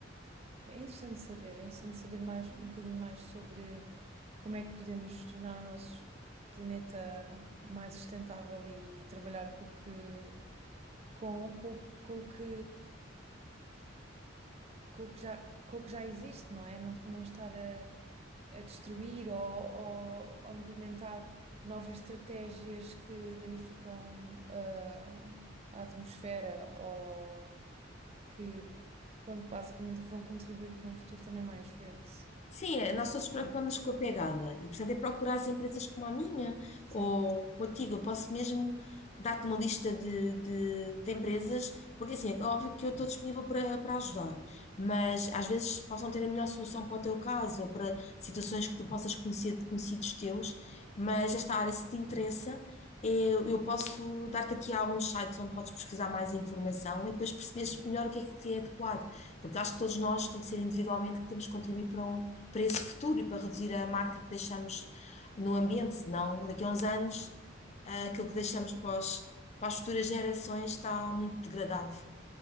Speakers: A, on the right (about 30°); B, on the left (about 35°).
A: É interessante saber, é interessante saber mais, um bocadinho mais sobre como é que podemos tornar o nosso planeta mais sustentável e trabalhar com o que, com, com, com o que com o que já, com o que já existe, não é? Não, não estar a, a destruir ou, ou, ou implementar novas estratégias que danificam ah, a atmosfera ou que, pronto, basicamente que vão contribuir para um futuro também mais verde.
B: Sim, é, nós todos preocupamos
A: Sim,
B: com a pegada e, portanto, é procurar
A: sim,
B: as empresas como a minha
A: sim.
B: ou contigo. Eu posso mesmo dar-te uma lista de, de, de empresas, porque assim, é óbvio que eu estou disponível para, para ajudar, mas às vezes possam ter a melhor solução para o teu caso ou para situações que tu possas conhecer de conhecidos teus. Mas esta área, se te interessa, eu, eu posso dar-te aqui alguns sites onde podes pesquisar mais informação e depois perceberes melhor o que é que é adequado, porque acho que todos nós tem que ser individualmente que temos que contribuir para um para esse futuro e para reduzir a marca que deixamos no ambiente, senão daqui a uns anos, ah, aquilo
A: sim.
B: que deixamos para, os- para as futuras gerações está muito degradado.